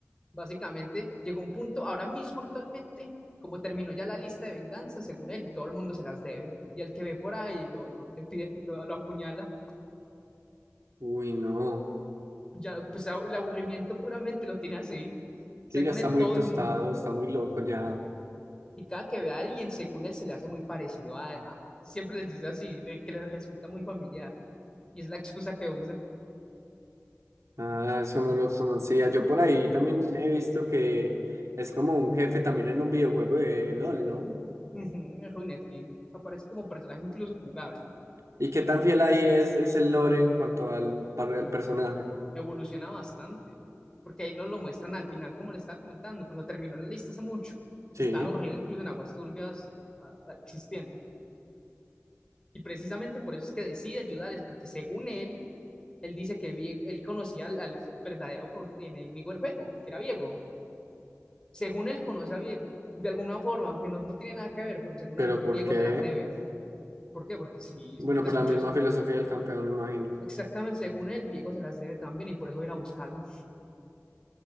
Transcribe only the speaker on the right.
Uy, no.
Sí, ya está
muy
tostado,
está muy loco ya.
Ah, eso no lo conocía. Yo por ahí también he visto que es como un jefe también en un videojuego de LOL, ¿no?
¿Y qué tan fiel ahí es, es el lore en cuanto al, par- al personaje?
Sí,
pero
¿por qué?
Bueno,
por
la misma
filosofía del campeón, me imagino.